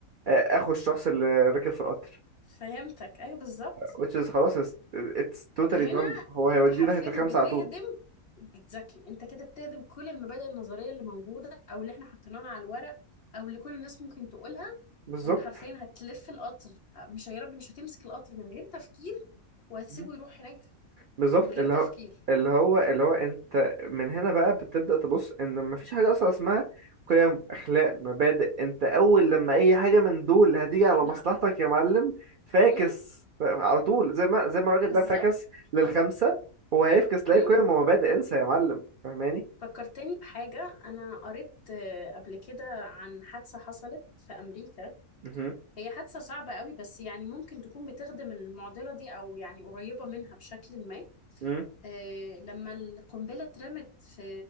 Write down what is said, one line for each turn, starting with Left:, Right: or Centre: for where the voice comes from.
Right: آه، اخو الشخص اللي راكب في القطر
Left: فهمتك ايوه بالظبط
Right: which is خلاص it's, it's totally
Left: هنا
Right: done هو هيوديه
Left: انت حرفيا
Right: ناحية الخمسة
Left: بتهدم
Right: على طول
Left: اكزاكتلي انت كده بتهدم كل المبادئ النظريه اللي موجوده او اللي احنا حطيناها على الورق او اللي كل الناس ممكن تقولها
Right: بالظبط
Left: انت حرفيا هتلف القطر مش يا رب مش هتمسك القطر من غير تفكير وهتسيبه
Right: مم.
Left: يروح هناك
Right: بالظبط
Left: من غير
Right: اللي
Left: تفكير
Right: هو اللي هو اللي هو انت من هنا بقى بتبدأ تبص ان مفيش حاجة اصلا اسمها قيم اخلاق مبادئ انت اول لما اي حاجة من دول هتيجي على
Left: لا
Right: مصلحتك يا معلم فاكس
Left: امم
Right: ف- على طول زي ما زي ما الراجل
Left: بالظبط
Right: ده فاكس للخمسة هو هيفكس لاي
Left: امم
Right: قيم ومبادئ انسى يا معلم فاهماني؟
Left: فكرتني بحاجه انا قريت آه، قبل كده عن حادثه حصلت في امريكا
Right: مهم.
Left: هي حادثه صعبه قوي بس يعني ممكن تكون بتخدم المعضله دي او يعني قريبه منها بشكل ما
Right: مم.
Left: آه، لما القنبلة اترمت في